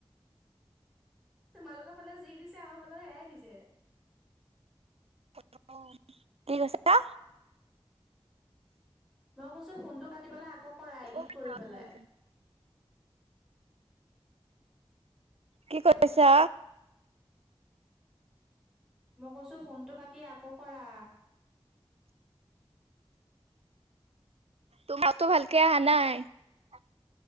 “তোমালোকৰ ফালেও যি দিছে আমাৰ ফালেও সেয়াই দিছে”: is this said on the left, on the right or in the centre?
Centre